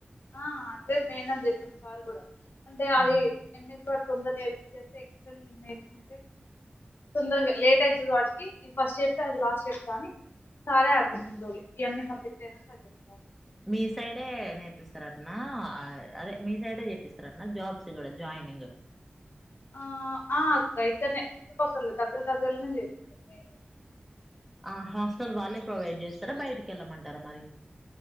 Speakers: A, on the left; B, in the centre.
A: ఆ అదే మెయిన్ అని చెప్పింది సార్ కూడా అంటే అది
B: ఉమ్.
A: ఎ తొందర నేర్పించేస్తే ఎక్సల్ నేర్చుకుంటే తొందరగా లేట్ అవుతుంది వాటికి ఇది ఫస్ట్ చెప్పి అది లాస్ట్ చెప్ని సాలే హ్యాపీనిందుో ఇవన్నీ పర్ఫెక్ట్ అయినా అది చెప్తారు
B: మీ సైడే నేర్పిస్తారటన అదే మీ సైడే చేపిస్తారట జాబ్స్ కూడా జాయినింగ్
A: ఆ ఆ అక్క ఇక్కడనే చుట్టుపక్కల దగ్గర దగ్గరలోనే చే మీ
B: ఆ హాస్టల్ వాళ్ళే ప్రొవైడ్ చేస్తారా బయటికి వెళ్ళమంటారా మరి